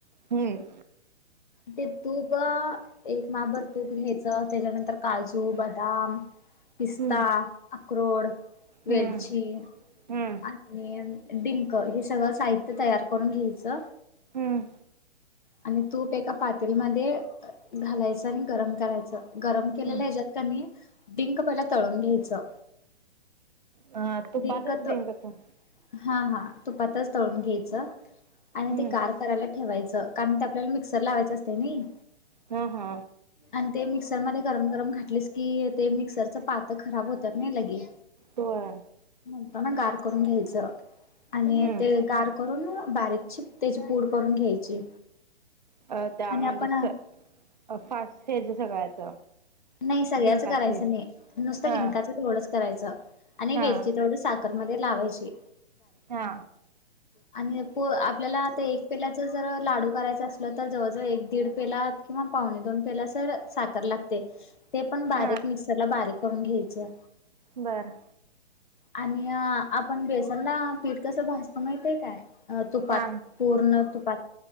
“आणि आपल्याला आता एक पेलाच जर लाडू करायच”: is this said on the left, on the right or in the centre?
Left